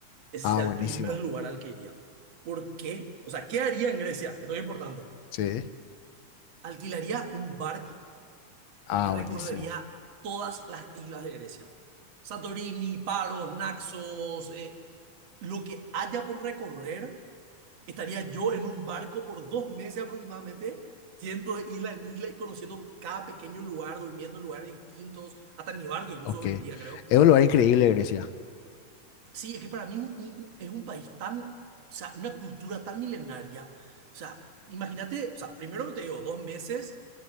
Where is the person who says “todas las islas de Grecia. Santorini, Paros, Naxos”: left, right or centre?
Right